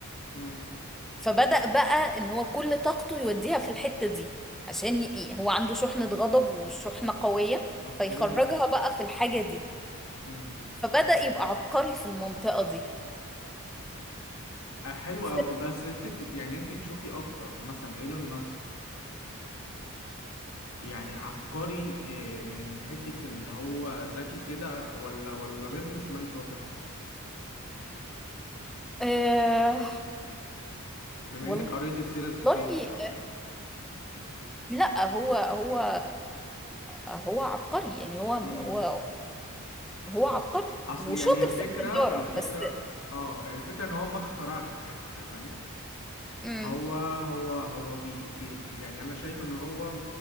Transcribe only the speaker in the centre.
فبدأ بقى ان هو كل طاقته يوديها في الحتة دي عشان ي- هو عنده شحنة غضب وشحنة قوية
فيخرجها بقى في الحاجة دي
فبدأ يبقى عبقري في المنطقة دي
ف...
أه...
والله
والله
آه،
لا هو هو هو عبقري يعني هو هو
هو عبقري
وشاطر
في التجارة
بس
امم